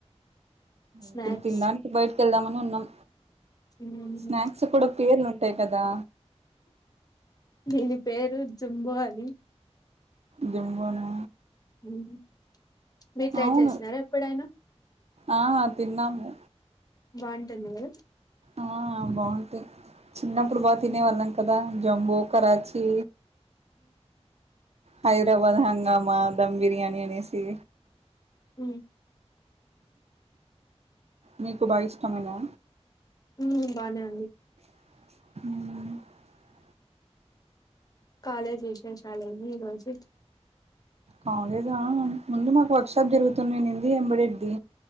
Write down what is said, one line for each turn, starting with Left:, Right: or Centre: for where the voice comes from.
Left: స్నాక్స్
Right: ఇప్పుడు తినడానికి బయటకి వెళ్దామని ఉన్నాం
Left: మ్మ్
Right: స్నాక్స్ కూడా పేర్లు ఉం కదా
Left: దిని పేరు జుంబో అని
Right: జుంబోనా
Left: మ్ మీర్ ట్రై
Right: అవును
Left: చేసినారా ఎప్పుడైనా
Right: ఆ తిన్నాము
Left: బాగుంటుంది కదా
Right: ఆ బాగుంటాయ్ చిన్నప్పుడు బాగా తినేవాళ్ళం
Left: మ్మ్
Right: కదా జంబూ కరాచీ హైదరాబాద్ హంగామా దమ్ బిర్యానీ అనేసి
Left: మ్
Right: మీకు బాగా ఇష్టమేనా
Left: మ్ బానే అంది
Right: మ్
Left: కాలేజ్ షాలైందిఈ రోజు
Right: కాలేజా ఆ ముందు మాకు వర్క్షషాప్ జరుగుతునింది ఎంబడేడ్ది